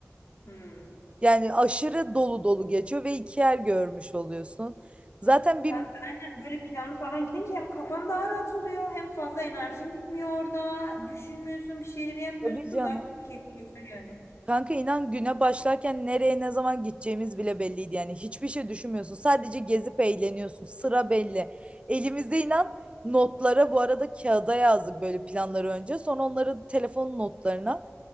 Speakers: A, on the left; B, on the right.
A: Hmm.
B: Yani aşırı dolu dolu geçiyor ve iki yer görmüş oluyorsun. Zaten
A: Kanka
B: bir
A: aynen böyle planlı falan gidince hem kafan daha rahat oluyor hem fazla enerjin gitmiyor orada. Düşünmüyorsun bir şeyleri yapmıyorsun
B: tabii canım.
A: daha keyifli geçer yani.
B: Kanka inan güne başlarken nereye ne zaman gideceğimiz bile belliydi yani hiçbir şey düşünmüyorsun sadece gezip eğleniyorsun sıra belli elimizde inan notlara bu arada kağıda yazdık böyle planları önce sonra onları telefon notlarına